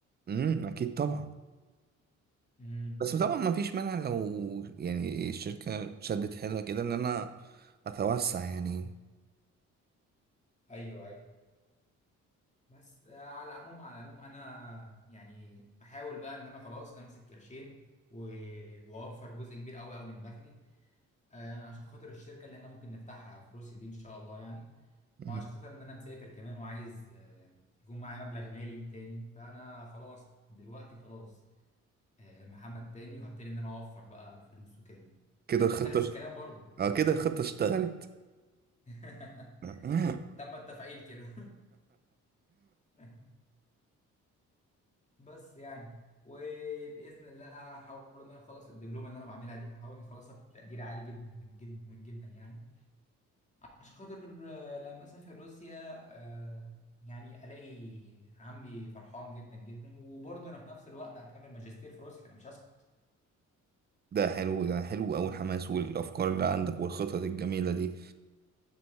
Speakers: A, on the right; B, on the left.
A: مم. اكيد طبعا
B: مم.
A: بس طبعا ما فيش مانع لو يعني الشركة شدت حيلها كده ان انا اتوسع يعني
B: ايوه ايوه بس آه، على العموم على العموم انا يعني احاول بقى ان انا خلاص امسك قرشين و- واوفر جزء كبير قوي قوي من دخلي آه، عشان خاطر الشركة اللي احنا ممكن نفتحها في روسيا دي ان شاء الله يعني
A: مم.
B: وعشان خاطر ان انا مسافر كمان وعايز آه، يكون معايا مبلغ مالي تاني فانا خلاص دلوقتي خلاص آه، محمد تاني وهبتدي ان انا اوفر بقى الفلوس وكده
A: كده الخطة
B: وانت نفس الكلام برضو
A: اه كده الخطة اشتغلت
B: <laughs>
A: <laughs>
B: تم التفعيل كده <laughs> بس يعني وباذن الله هحاول ان انا اخلص الدبلومه اللي انا بعملها دي هحاول ان اخلصها بتقدير عالي جدا جدا جدا يعني عشان خاطر آه، لما اسافر روسيا آه، يعني الاقي عمي فرحان جدا جدا وبرضه انا في نفس الوقت هكمل ماجستير في روسيا انا مش هسكت
A: ده حلو ده حلو أوي الحماس والأفكار اللي عندك والخطط الجميلة دي